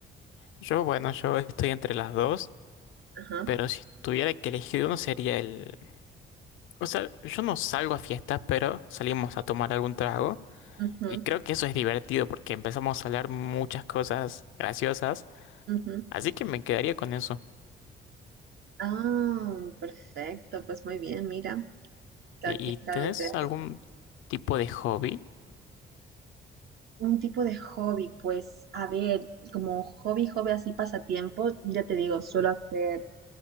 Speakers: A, on the left; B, on the right.
A: Yo, bueno, yo estoy entre las dos,
B: Ajá.
A: pero si tuviera que elegir uno sería el... O sea, yo no salgo a fiestas, pero salimos a tomar algún trago.
B: ujú,
A: Y creo que eso es divertido porque empezamos a hablar muchas cosas graciosas.
B: ujú.
A: Así que me quedaría con eso.
B: Ah, perfecto, pues muy bien, mira, cada
A: ¿Y,
B: quien
A: y
B: es algo
A: tenés
B: diferente.
A: algún tipo de hobby?
B: Un tipo de hobby, pues, a ver, como hobby, hobby así pasatiempo, ya te digo, suelo hacer